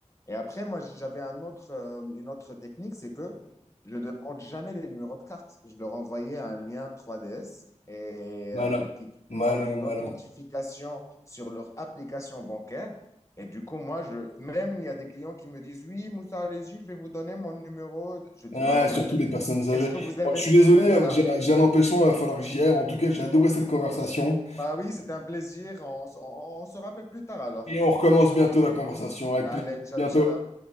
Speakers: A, on the left (about 25°); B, on the left (about 65°).
A: Et après, moi, j'avais un autre, euh, une autre technique, c'est que je ne demande jamais les numéros de carte. Je leur envoyais un lien 3DS et,
B: Malin,
A: euh, qui,
B: malin,
A: d'une
B: malin.
A: authentification sur leur application bancaire. Et du coup, moi, je, même il y a des clients qui me disent, oui, Moussa, allez-y, je vais vous donner mon numéro. Je dis,
B: Ah,
A: non, non,
B: surtout
A: madame,
B: les personnes âgées.
A: est-ce que vous avez...
B: Bon, je suis désolé,
A: C'est
B: euh,
A: ça.
B: j'ai j'ai un empêchement, il va falloir que j'y aille. En tout cas, j'ai adoré cette conversation.
A: Bah oui, c'était un plaisir. On, s- on on se rappelle plus tard alors.
B: Et on recommence bientôt la conversation, avec
A: Allez,
B: plaisir.
A: ciao,
B: Bientôt.
A: ciao.